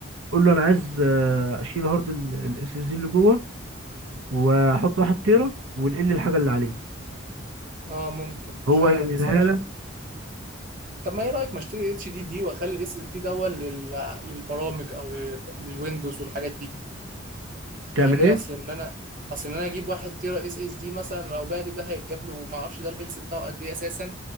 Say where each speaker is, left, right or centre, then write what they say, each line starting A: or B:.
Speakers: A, on the right (about 80°); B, on the right (about 40°).
A: قول له انا عايز آه، اشيل هارد الاس اس دي اللي جوه واحط واحد تيرا ونقل الحاجه اللي عليه
B: اه ممكن
A: هو
B: مش عارف
A: ينقلها
B: بصراحه
A: لك
B: طب ما ايه رايك ما اشتري اتش دي دي واخلي الاس اس دي دون لل- للبرامج او لل- للويندوز والحاجات دي
A: تعمل
B: فاهمني
A: ايه
B: اصل ان انا اصل ان انا اجيب واحد تيرا اس اس دي مثلا لو بعت ده هيتجاب له ما اعرفش ده الهيلث بتاعه قد ايه اساسا